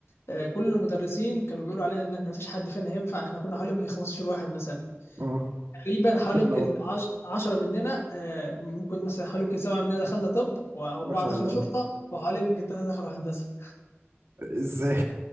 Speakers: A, on the left; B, on the right.
A: آه، كل المدرسين كانوا بيقولوا علينا ان ما فيش حد فينا هينفع احنا كنا حوالي يمكن 15 واحد مثلا
B: مم.
A: تقريبا حوالي يمكن
B: لو
A: 10 مننا آه، ممكن مثلا حوالي يمكن سبعه مننا دخلنا طب واربعه
B: ما شاء
A: دخلوا
B: الله
A: شرطه وحوالي يمكن ثلاثه دخلوا هندسه
B: ازاي